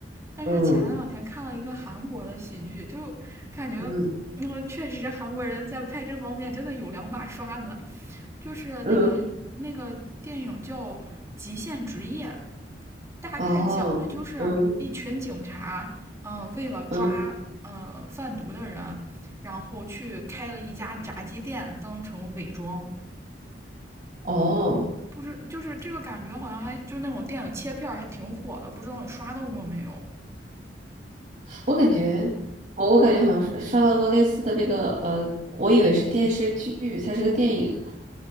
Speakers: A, on the right; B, on the right.
A: 但是前两天看了一个韩国的喜剧，
B: 嗯
A: 就感觉。
B: 嗯
A: 那、嗯、确实，韩国人在拍这方面真的有两把刷子，就是那个那个电影叫《极限职业》，
B: 嗯，
A: 大概讲了就是一群警察，
B: 哦，嗯
A: 嗯、呃为了抓呃贩毒的人，
B: 嗯
A: 然后去开了一家炸鸡店当成伪装。
B: 哦。
A: 不知就是这个感觉好像还就那种电影切片还挺火的，不知道你刷到过没有？
B: 我感觉，我我感觉好像是刷到过类似的那个，呃，我以为是电视剧，它是个电影，